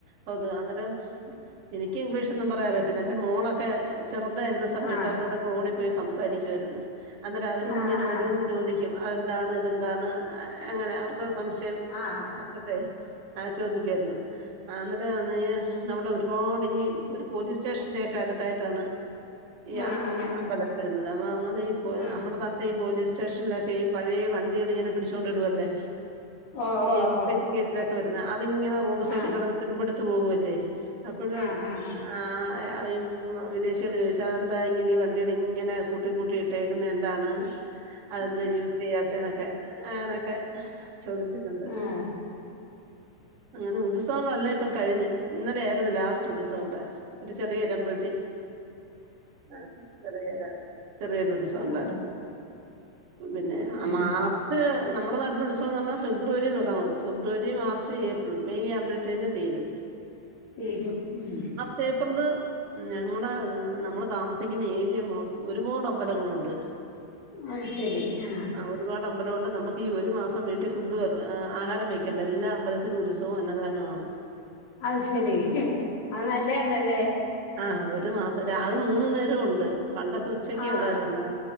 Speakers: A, on the right; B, on the left.
A: കൊതുകാ അന്നരം എനിക്ക് ഇംഗ്ലീഷൊന്നും പറയാറിയത്തില്ല എന്റെ മോളൊക്കെ ചെർതായിരുന്ന സമയത്ത്
B: ആഹ്
A: അവരോടൊക്കെ ഓടിപ്പോയി സംസാരിക്കുവാര്ന്ന് അന്നരം അവരിങ്ങനെ
B: ആഹ് ആഹ്
A: ഓരോന്ന് ചോദിക്കും അതെന്താണ് ഇതെന്താണ് എങ്ങനെ അവർക്ക് സംശയം
B: ആഹ്
A: <unintelligible> ആ ചോദിക്കുവാരുന്നു ആന്നെരവാന്നെങ്കി അവിടെ ഒരുപാട് ഈ ഒരു പോലീസ് സ്റ്റേഷന്റെ ഒക്കെ അടുത്തായിട്ടാണ്
B: <inaudible>
A: ഈ <unintelligible>
B: ആഹ്
A: രുന്നത് അപ്പ അങ്ങനെ ഈ പോ
B: ആഹ്
A: നമ്മടെ നാട്ടിൽ പ്പയീ പോലീസ് സ്റ്റേഷനിലൊക്കെ ഈ പഴേ വണ്ടികളിങ്ങനെ പിടിച്ചോണ്ടിടുവല്ലേ
B: ഓഹ്
A: ഈ
B: ഓഹ്
A: പെറ്റി കേസിലൊക്കെ വെര്ന്ന അതിങ്ങനെ റോഡ് സൈഡി
B: ഓഹ്
A: കെടന്ന് തുരുമ്പെടുത്ത് പോവ്വല്ലേ അപ്പഴ്
B: ആഹ് ആഹ് ആഹ്
A: ആഹ് <unintelligible> വിദേശികള് ചോദിച്ച് അതെന്താ ഇങ്ങനെ ഈ വണ്ടികളിങ്ങനെ കൂട്ടി കൂട്ടി ഇട്ടേക്കുന്നയെന്താണെന്ന്?
B: <inaudible>
A: അതെന്ത് യൂസ് ചെയ്യാത്തേന്നെക്കെ അങ്ങനക്കെ ചോദിച്ചിട്ടുണ്ട്
B: ആഹ് ആഹ്
A: അങ്ങനെ ഉത്സവങ്ങളെല്ലാം ഇപ്പം കഴിഞ്ഞ് ഇന്നലെയാരുന്നു ലാസ്റ്റ് ഉത്സവവ്ടെ ഒരു ചെറിയൊരമ്പല്തി <inaudible> ആഹ് ചെറിയൊര ചെറിയൊരുത്സവം ഒണ്ടാര്ന്നു
B: ആഹ്
A: പിന്നെ
B: ഉം
A: മാർച്ച് നമ്മുടെ നാട്ടിലുത്സവംന്ന് പറഞ്ഞാ ഫെബ്രുവരി തൊടങ്ങും ഫെ ബ്രുവരി മാർച്ച് ഏപ്രിൽ മെയ് ആമ്പഴത്തേന് തീരും
B: വെരും ഉം
A: പേപ്പറില് ഞങ്ങള് നമ്മള് താമസി സിക്കുന്നേരിയ മൊ ഒരുപാടമ്പലങ്ങളൊണ്ട്
B: അത് ശരി ആഹ്
A: ഒരുപാടമ്പലോണ്ട് നമുക്ക് ഈ ഒരു മാസം വീട്ടിൽ ഫുഡ് വെ ആഹാരം വെക്ക ക്കെണ്ട എല്ലാ അമ്പലത്തിലുൽസവോ അന്നദാനോവാണ്
B: അത് ശെരി അ നല്ലയാന്നല്ലേ
A: ആഹ് ഒരു മാസം രാ അത് മൂന്നു നേരോ ഒണ്ട്. പണ്ടൊക്കെ ഉച്ചക്കെ
B: ആഹ്
A: ഒള്ളാര്ന്നല്ലോ